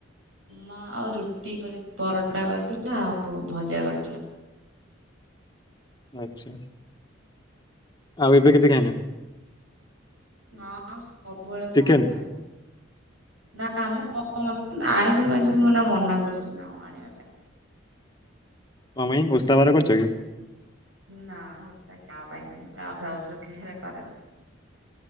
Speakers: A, on the right; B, on the left.
A: ମା ଆଉ ରୁଟି କରି ପରଟା କରିଥିଲା, ଆଉ ଭଜା କରିଥିଲା।
B: ଆଚ୍ଛା। ଆଉ ଏବେ କିଛି ଖାଇନା?
A: ନା ସବୁବେଳେ କଣ
B: ଚିକେନ
A: ଖାଇବି, ନା ମ <unintelligible> କଣ ଆଇଁଷ ପାଇଁଷ ମୁ ଏଇନା ମନା କରିଛି ତାଙ୍କୁ ଆଣିବା ପାଇଁ।
B: କଣ ପାଇଁ ଓଷା ବାର କରୁଚ କି?
A: ନା ଓଷା କାହା ପାଇଁ କଣ ମୁଁ ଓଷା ଫୋଷା କେବେ କରେନା।